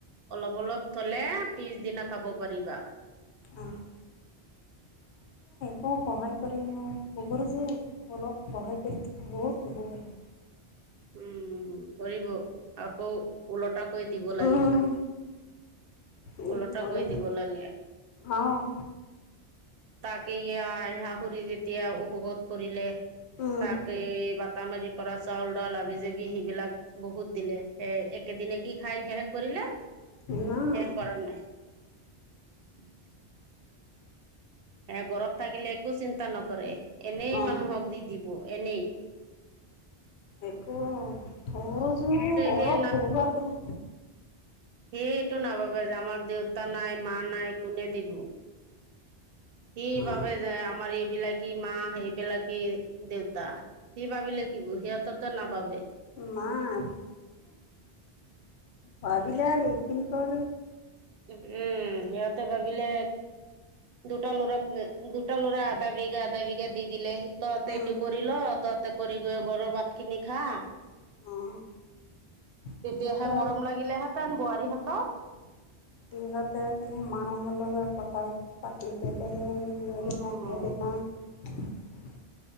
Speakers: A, on the right; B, on the left.
A: অলপ অলপ থলে পিছদিনা খাব পাৰিবা।
B: অ' ক সহায় কৰি ন পহৰ যে অলপ সহায় কৰি থ বহুত উপহকাৰ হব।
A: উম কৰিব আকৌ উওল টাকৈ দিব লাগে।
B: উম, উম
A: লটা
B: কৰিলে
A: কৰি দিব লাগে।
B: অ'
A: তাকে ই আহ শাঁহৰি যেতিয়া অসুখত পৰিলে
B: উম
A: তাক এই বাট মাৰি পৰা চাউল। লাবি জাবি সেইবিলাক বহুত দিলে সেই একেদিনে কি খাই শেষ কৰিলে।
B: আহ
A: শেষ কৰা নাই <unintelligible> সে গৰত থাকিলে একো চিন্তা নকৰে। এনেই
B: অ'
A: মানুহক দি দিব। এনে
B: একো ধৰু যো অলপ
A: সেই
B: বহিবাৰ পৰা
A: সেই এইটো নভাবে যে আমাৰ দেউতা নাই মা নাই কোনে দিবো। সি
B: অ'
A: বাবোবে যে আমাৰ এইবিলাকী মা এইবিলাকে দেউতা সি ভাবিলে থাকিব সিহঁতো নাবাবে।
B: নাই পাবিলে আৰু এইখিন ক
A: উম ইয় ভাবিলে দুটা লৰাৰাক দুটা লৰা আধা বিঘা আধা বিঘা দি দিলে তহতে
B: উম,
A: এইটো কৰি ল তহতে কৰি গৈ বৰ ভাত খিনি খা
B: অ' সিহঁতৰ
A: তেতিয়াহে মৰম লাগিলেহেঁতেন বোৱাৰীহঁতক
B: সিহঁতে মানুহৰ লগত কথাাত পাতি কেটহে হোৱদ
A: উম
B: ন সিবদ ন